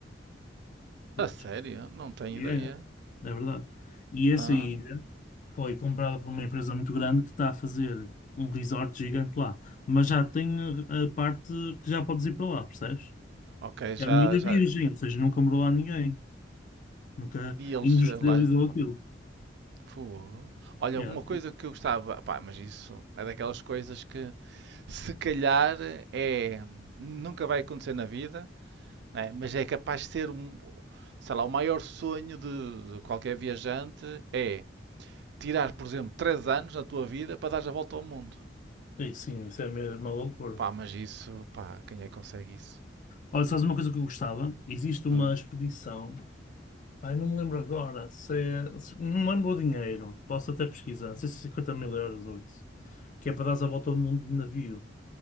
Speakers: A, on the left; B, on the right.
A: Prontos.
B: A sério? Não tenho
A: E
B: ideia.
A: é, é verdade. E essa
B: Ah,
A: ilha foi comprada por uma empresa muito grande que está a fazer um resort gigante lá. Mas já tem a a parte que já podes ir para lá, percebes?
B: ok, já,
A: É uma ilha
B: já.
A: virgem, ou seja, nunca morou lá ninguém. Nunca
B: E eles
A: industrializou
B: eh, lá.
A: aquilo.
B: Fogo. Olha,
A: Yeah.
B: uma coisa que eu gostava. Pá, mas isso é daquelas coisas que se calhar é. Nunca vai acontecer na vida, né? Mas é capaz de ser, um- sei lá, o maior sonho de, de qualquer viajante é tirar, por exemplo, 3 anos na tua vida para dar a volta ao mundo.
A: E sim, isso é mesmo uma loucura.
B: Pá, mas isso, pá, quem é que consegue isso?
A: Olha, sabes uma coisa que eu gostava? Existe uma
B: Hum?
A: expedição ai não me lembro agora. Se, se- não lembro o dinheiro. Posso até pesquisar. Não sei se é 50 mil euros ou isso. Que é para dar a volta ao mundo de navio.